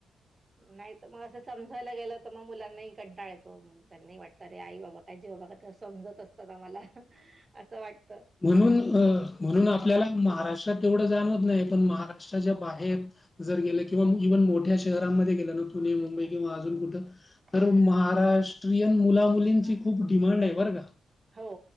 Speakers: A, on the right; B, on the left.
A: नाही मग अस समजायला गेलं. मग मुलांही कंटाळत- तो त्यांना वाटत अरे आई बाबा काय जे बाबा का ते समजत असतात आम्हाला असं वाट -
B: म्हणून- म्हणून आपल्याला महाराष्ट्रात तेवढं जाणवत नाही पण महाराष्ट्र - च्या बाहेर जर गेलं किंवा इव्हन मोठ्या शहरांमध्ये गेलं ना - पुणे मुंबई
A: हं,
B: किंवा अजून कुठं
A: हं.
B: तर महाराष्ट्र - ऑस्ट्रियन मुलामुलींची खूप डिमांड आहे बरं का -
A: हो